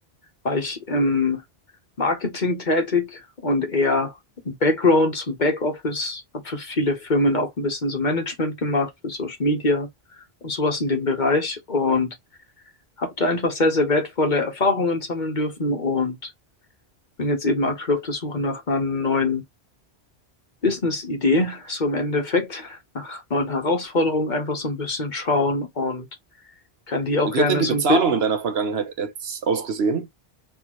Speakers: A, on the left; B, on the right.
A: war ich im Marketing tätig und eher im Background zum Backoffice, habe für viele Firmen auch ein bisschen so Management gemacht, für Social Media und sowas in dem Bereich und habe da einfach sehr, sehr wertvolle Erfahrungen sammeln dürfen und bin jetzt eben aktuell auf der Suche nach einer neuen Business-Idee, so im Endeffekt, nach neuen Herausforderungen einfach so ein bisschen schauen und kann die auch
B: Wie
A: gerne
B: hat denn die
A: so
B: Bezahlung
A: ein bisschen,
B: in deiner Vergangenheit jetzt ausgesehen?